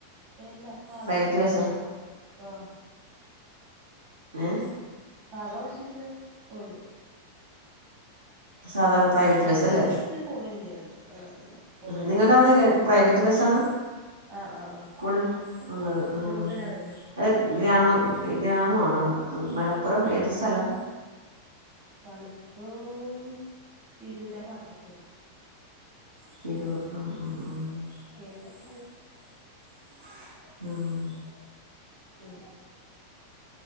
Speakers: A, on the right; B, on the right.
A: ഇല്ല സാധാ
B: പ്രൈവറ്റ്
A: ബസിലാ
B: ബസ്സോ
A: പോണേ
B: ഏഹ്?
A: സാധാ ബസില് പോവല്
B: സാധാരണ private
A: K
B: bus
A: S
B: അല്ലെ?
A: R ടി സി പോവലില്ല അങ്ങനെ ആ ഇല്ല പോവലില്ല
B: നിങ്ങളുടെ അവിടെക്കെ പ്രൈവറ്റ് ബസ് ആണ്
A: ആഹ് ആഹ് ആഹ്
B: കൂടുതലും ഉള്ളത് ആ
A: കൂടുതലതന്നെ
B: അത് ഗ്രാമം ഗ്രാമമാണോ മലപ്പുറം ഏത് സ്ഥലം?
A: മലപ്പുറം തിരൂര് ആ ഭാഗത്തൊക്കെയാണ്
B: തിരൂർ ആഹ്
A: കേട്ടിട്ട്
B: ആ ആ ആ
A: ഉം...